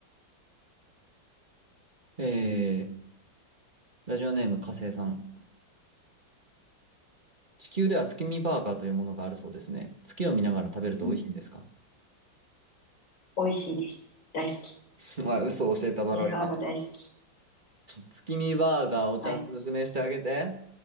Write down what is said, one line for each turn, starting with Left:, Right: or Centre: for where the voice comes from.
Right: えー、ラジオネーム火星さん。地球では月見バーガーというものがあるそうですね。月を見ながら食べると美味しいんですか
Left: うん、美味しいです。大好き。
Right: <laughs> まあ、嘘を教えただろう、
Left: 月見バーガー大好き。
Right: 今。月見バーガーをちゃんと説明してあげて。
Left: 大好き。